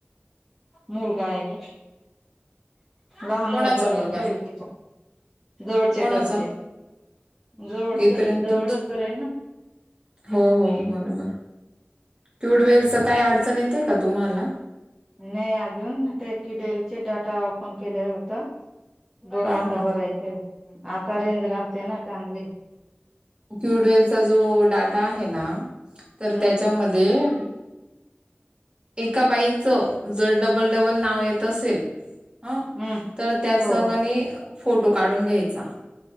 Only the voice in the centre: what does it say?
मूल गाय ग, लहान
मुलगा रडतोय,
त जवळचे
करचे. जवळच
जवळच
घर आहे ना. हम्म
नाही अजून दे कि डेल चे डाटा ओपन केले होत. ब
आता
बरायचे आता रेंज राहते ना चांगली.
हम्म
हम्म
हो